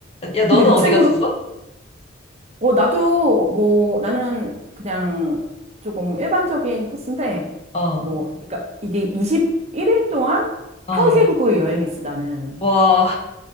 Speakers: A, on the left (about 30°); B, on the right (about 35°).
A: 야, 너는
B: 근데 룩셈부르크가,
A: 어디 갔었어?
B: 어, 나도 뭐, 나는 그냥 조금 일반적인 코스인데,
A: 어,
B: 뭐, 그러니까 이게 21일 동안
A: 어,
B: 8개국을 여행했어, 나는.
A: 와,